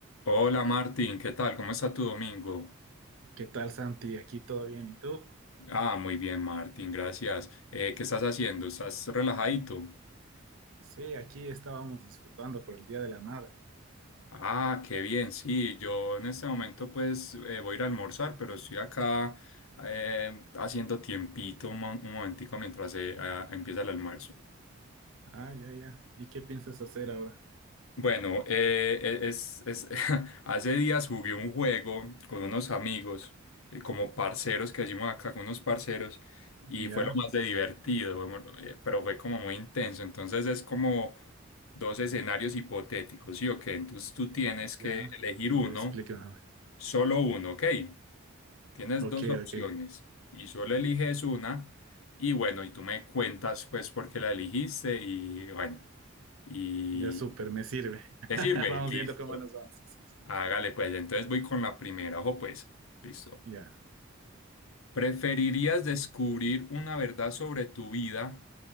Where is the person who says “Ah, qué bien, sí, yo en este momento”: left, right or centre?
Left